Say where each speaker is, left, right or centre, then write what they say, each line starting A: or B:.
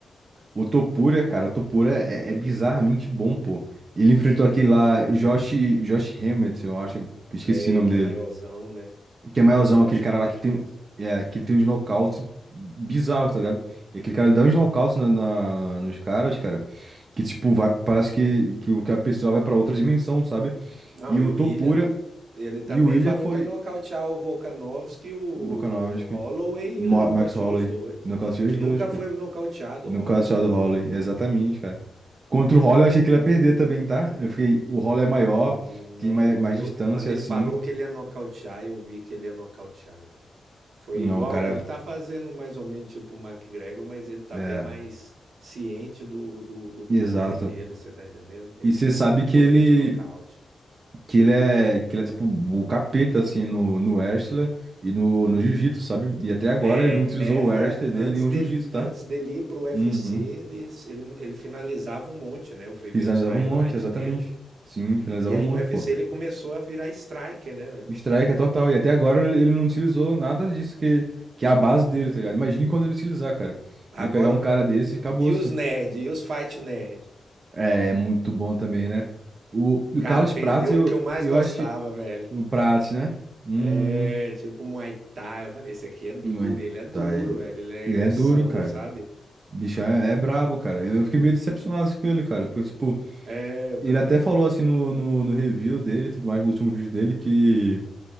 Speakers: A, on the right; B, on the right.
A: O Topura, cara, o Topura é, é bizarramente bom, pô. Ele enfrentou
B: É,
A: aquele
B: é bom
A: lá,
B: demais.
A: Josh,
B: né?
A: Josh Hammett, eu acho, que esqueci
B: é,
A: o nome
B: que
A: dele.
B: é maiorzão, né?
A: Que é maiorzão,
B: É o Josh
A: aquele cara
B: Hammett
A: lá que tem,
B: mesmo.
A: é, que ele tem uns nocautes bizarros, tá ligado? E aquele cara, ele dá uns nocautes na, na- nos caras, cara, que, tipo, vai, parece que, que, o- que a pessoa vai pra outra dimensão, sabe?
B: Não,
A: E
B: e
A: o
B: o
A: Topura
B: Ilha, ele também
A: e o Ilha
B: falou
A: foi
B: que ia nocautear o Volkanovski, o
A: o Volkanovski,
B: Holloway
A: Mo-
B: e nocauteou
A: Max Holloway,
B: os dois.
A: nocauteou
B: Que
A: os
B: nunca
A: dois, pô.
B: foi nocauteado
A: No
B: o Holloway.
A: caso só do Shadow Holloway, exatamente, cara. Contra o Holloway eu achei que ele ia perder também, tá? Eu fiquei, o Holloway é maior,
B: Não,
A: tem mais,
B: eu,
A: mais
B: eu,
A: distância
B: quando ele
A: assim.
B: falou que ele ia nocautear, eu vi que ele ia nocautear. Foi
A: Não,
B: igual,
A: cara,
B: ele tá fazendo mais ou menos tipo o McGregor, mas ele tá
A: é,
B: bem mais ciente do, do, do poder
A: exato.
B: dele, você tá entendendo? Ele
A: E você
B: tem
A: sabe
B: muito
A: que
B: poder
A: ele
B: de nocaute.
A: que ele é que ele é tipo o capeta assim no no wrestler e no, no jiu-jitsu, sabe? E até agora
B: É,
A: ele não utilizou o wrestler dele
B: antes
A: nem o
B: dele,
A: jiu-jitsu, tá?
B: antes dele ir pro UFC,
A: Uhum.
B: ele, ele, ele finalizava um monte, né? Eu fui
A: Finalizava
B: ver os highlights
A: um monte, exatamente.
B: dele.
A: Sim, finalizava
B: E aí
A: um monte,
B: no U F
A: pô.
B: C ele começou a virar striker, né, velho?
A: Strike é total. E até agora ele não utilizou nada disso que, que é a base dele, tá ligado? Imagine quando ele utilizar, cara.
B: Agora,
A: Ele pegar um cara desse e acabou-se.
B: e os nerd, e os fight nerd?
A: É muito bom também, né? O, o
B: Cara,
A: Carlos
B: perdeu
A: Prates, eu,
B: o que eu mais
A: eu
B: gostava,
A: acho.
B: velho.
A: O Prates, né? Hum.
B: É, tipo Muay Thai, eu falei, esse aqui é duro,
A: Muay
B: e ele é duro,
A: Thai.
B: velho, ele
A: Ele
B: é ossão,
A: é duro, cara.
B: sabe?
A: O bichão é, é brabo, cara. Eu fiquei meio decepcionado com ele, cara. Porque, tipo,
B: É, eu também.
A: ele até falou assim no, no, no review dele e tudo mais, no último vídeo dele, que.